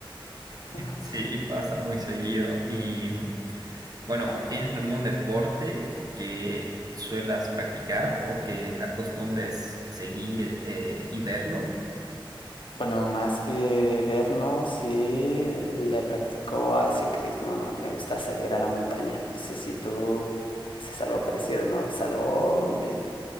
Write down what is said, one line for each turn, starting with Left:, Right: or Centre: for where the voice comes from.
Left: <laughs>
Right: Sí, pasa muy seguido. Y bueno,
Left: Claro.
Right: ¿tienes algún deporte que suelas practicar o que acostumbres seguir eh, y verlo?
Left: Bueno, más que vernos, sí le practico al ciclismo, ¿no? Me gusta salir a la montaña. No sé si tú haces algo parecido, ¿no? Salgo, me